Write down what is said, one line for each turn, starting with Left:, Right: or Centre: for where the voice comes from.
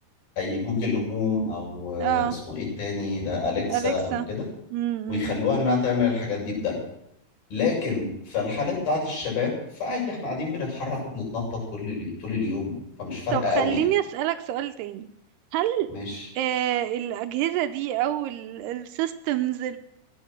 Left: أي جوجل هوم أو آه،
Right: اه
Left: اسمه إيه التاني ده أليكسا
Right: أليكسا
Left: أو كده
Right: امم
Left: ويخلوها إنها تعمل الحاجات دي لكن في الحالة بتاعت الشباب فعادي احنا قاعدين بنتحرك وبنتنطط كل اليو- طول اليوم فمش فارقة
Right: طب خليني
Left: قوي يعني
Right: أسألك سؤال تاني هل
Left: ماشي
Right: آه الأجهزة دي أو السيستمز